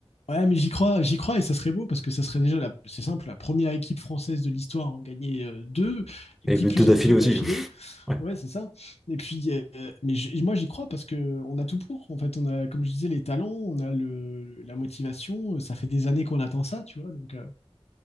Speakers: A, on the left (about 80°); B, in the centre.
A: Ouais, mais j'y crois, j'y crois et ça serait beau parce que ça serait déjà, la- c'est simple, la première équipe française de l'histoire à en gagner euh, deux,
B: Et
A: qui
B: deux
A: plus
B: d'affilée
A: est deux
B: aussi.
A: d'affilée.
B: <laughs>
A: Ouais, c'est ça. Et puis, euh, mais j- moi j'y crois parce que on a tout pour. En fait, on a, comme je disais, les talents, on a le, la motivation. Ça fait des années qu'on attend ça, tu vois. Donc, euh,